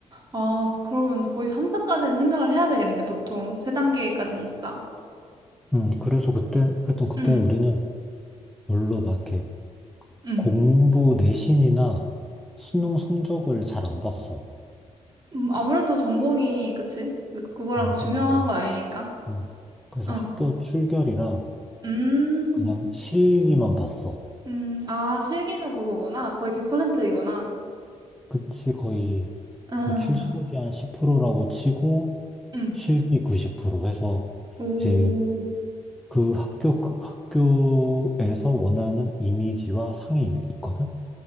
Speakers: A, on the right; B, in the centre.
A: 아, 그러면 거의 3사까지는 생각을 해야 되겠네, 보통. 3단계까지는 있다.
B: 음, 그래서 그때 하여튼 그때
A: 응
B: 우리는 별로 막 이렇게
A: 응
B: 공부 내신이나 수능 성적을 잘 안 봤어.
A: 음, 아무래도 전공이, 그치? 그- 그거랑
B: 음,
A: 중요한
B: 그래서
A: 건 아니니까.
B: 음, 그래서
A: 응
B: 학교 출결이랑
A: 음,
B: 그냥 실기만 봤어.
A: 음. 아, 실기가 그거구나. 거의 100%이구나.
B: 그치 거의
A: 아,
B: 뭐 출석이 한 10%라고 치고
A: 응
B: 실기 90% 해서
A: 오.
B: 이제 그 학교, 그 학교에서 원하는 이미지와 상이 있거든?